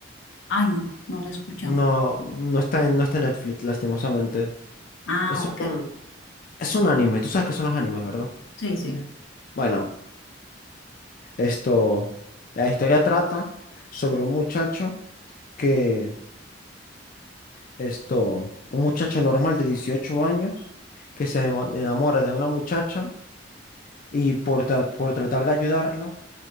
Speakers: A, on the left; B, on the left.
A: Ay, no, no lo he escuchado.
B: No, no está en, no está en Netflix, lastimosamente.
A: Ah,
B: Es
A: ok.
B: un, es un anime, tú sabes que son los animes, ¿verdad?
A: Sí, sí.
B: Bueno, Esto, la historia trata sobre un muchacho que, esto, un muchacho normal de 18 años que se emo- enamora de una muchacha y por, tra- por tratar de ayudarla,